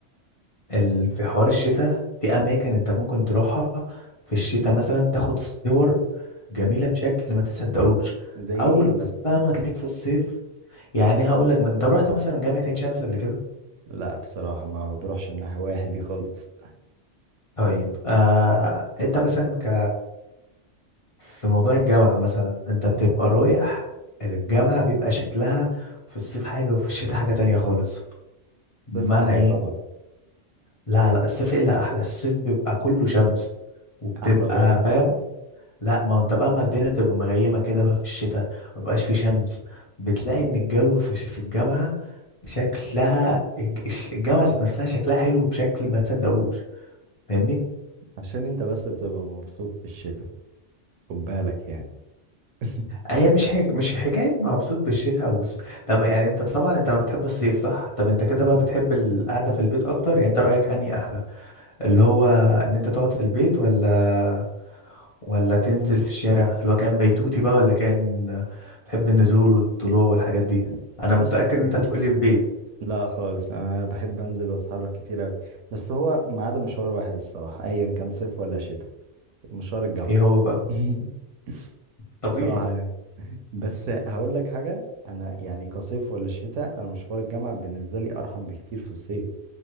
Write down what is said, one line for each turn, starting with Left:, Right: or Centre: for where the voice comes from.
Left: ال في حوار الشتاء في اماكن انت ممكن تروحها في الشتاء مثلا تاخد صور جميله بشكل ما تصدقوش
Right: زي
Left: اول
Right: إيه
Left: بقى ما تلاقيك في الصيف يعني هقول لك ما انت رحت مثلا جامعه عين شمس قبل كده
Right: لا بصراحة ما بروحش من ناحية واحد دي خالص
Left: طيب آه انت مثلا ك في موضوع الجامعه مثلا انت بتبقى رايح الجامعه بيبقى شكلها في الصيف حاجه وفي الشتاء حاجه تانية خالص بمعنى
Right: الصيف أحلى
Left: ايه
Right: طبعا
Left: لا لا الصيف الا احلى الصيف بيبقى كله شمس وبتبقى
Right: أحلى برضه
Left: فاهم لا ما هو انت بقى اما الدنيا بتبقى مغيمه كده بقى في الشتاء ومبقاش في شمس بتلاقي ان الجو في الش- في الجامعه شكلها الج- الش- الجامعه ذات نفسها شكلها حلو بشكل ما تصدقوش فاهمني
Right: عشان أنت بس بتبقى مبسوط في الشتاء خد بالك يعني <laughs>
Left: هي مش حك... مش حكايه مبسوط بالشتاء او بس طب يعني انت طبعا انت بتحب الصيف صح طب انت كده بقى بتحب القعده في البيت اكتر يعني انت رايك اني احلى اللي هو ان انت تقعد في البيت ولا ولا تنزل في الشارع اللي هو كان بيتوتي بقى ولا كان بتحب النزول والطلوع والحاجات دي انا
Right: بص
Left: متاكد ان انت هتقولي البيت
Right: لا خالص أنا بحب أنزل وأتحرك كتير أوي بس هو ما عدا مشوار واحد الصراحة أيا كان صيف ولا شتاء مشوار الجامعة
Left: ايه هو بقى
Right: <laughs>
Left: طبيعي
Right: بصراحة يعني بس هقول لك حاجة أنا يعني كصيف ولا شتاء أنا مشوار الجامعة بالنسبة لي أرحم بكتير في الصيف